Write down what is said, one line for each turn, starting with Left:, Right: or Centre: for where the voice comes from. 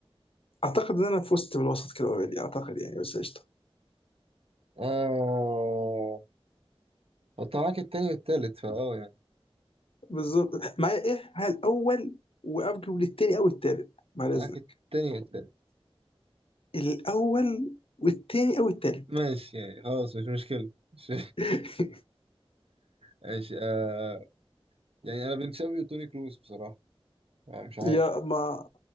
Left: اعتقد ان انا فزت بالوسط كده اوريدي اعتقد يعني بس قشطه
Right: اه حط معاك التاني والتالت فاه يعني
Left: بالظبط معايا ايه معايا الاول وارجو للتاني او التالت بعد اذنك
Right: معاك التاني والتالت
Left: الاول والتاني او التالت
Right: ماشي يعني خلاص مش مشكلة <laughs> مش-
Left: <laughs>
Right: ماشي آه يعني انا بين تشافي وتوني كروس بصراحة آه مش عارف
Left: يا ما